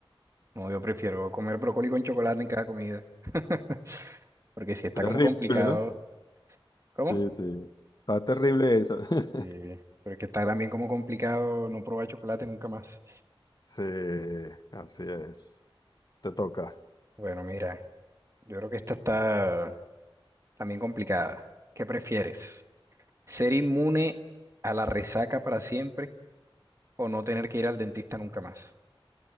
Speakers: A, on the right; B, on the left.
A: no, yo prefiero comer brócoli con chocolate en cada comida. <laughs> Porque si está
B: Terrible,
A: como complicado.
B: ¿no?
A: ¿Cómo?
B: Sí, sí. Está terrible eso. <laughs>
A: Sí. Pero es que está también como complicado no probar chocolate nunca más.
B: Sí, así es. Te toca.
A: Bueno, mira, yo creo que esta está también complicada. ¿Qué prefieres? Ser inmune a la resaca para siempre o no tener que ir al dentista nunca más.